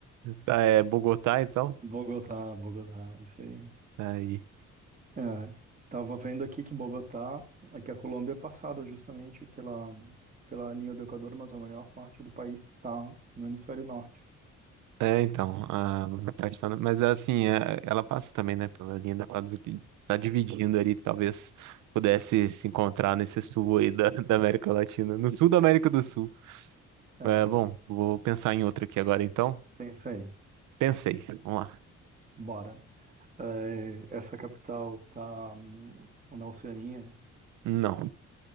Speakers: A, on the right; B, on the right.
A: Tá, é Bogotá, então?
B: Bogotá, Bogotá, isso aí.
A: Tá aí.
B: É, tava vendo aqui que Bogotá, é que a Colômbia é passada justamente pela, pela linha do Equador, mas a maior parte do país está no hemisfério norte.
A: É, então, a Castanha, mas assim, é- ela passa também, né, pela linha da Padre- tá dividindo ali, talvez pudesse se encontrar nesse sul aí da, da América Latina, no sul da América do Sul.
B: É,
A: É, bom, vou pensar em outra aqui agora então.
B: pensa aí.
A: Pensei, vamos lá.
B: Bora. É, essa capital tá hum, na Oceania,
A: Não,